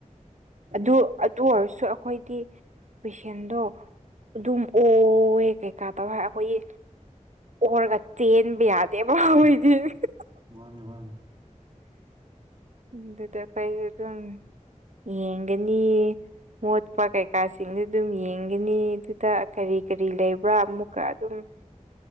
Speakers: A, on the right; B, on the right.
A: ꯑꯗꯨ ꯑꯗꯨ ꯑꯣꯏꯔꯁꯨ ꯑꯩꯈꯣꯏꯗꯤ ꯄꯦꯁꯦꯟꯗꯣ ꯑꯗꯨꯝ ꯑꯣ꯫ ꯃꯣꯏ ꯀꯩꯀꯥ ꯇꯧꯏ ꯍꯥꯏꯔ ꯑꯩꯈꯣꯏꯒꯤ ꯑꯣꯔꯒ ꯇꯦꯟꯕ ꯌꯥꯗꯦꯕ ꯑꯈꯣꯏꯗꯤ ꯫
B: ꯃꯥꯅꯦ ꯃꯥꯅꯦ꯫ <inaudible>
A: ꯑꯗꯨꯗ ꯑꯩꯈꯣꯏ ꯑꯗꯨꯝ ꯌꯦꯡꯒꯅꯤꯌꯦ꯫ ꯃꯣꯠꯄ꯭ꯔꯥ ꯀꯩꯀꯥꯁꯤꯡꯗꯨ ꯑꯗꯨꯝ ꯌꯦꯡꯒꯅꯤ ꯑꯗꯨꯗ ꯀꯔꯤ ꯀꯔꯤ ꯂꯩꯕ꯭ꯔꯥ ꯑꯃꯨꯛꯀ ꯑꯗꯨꯝ ꯫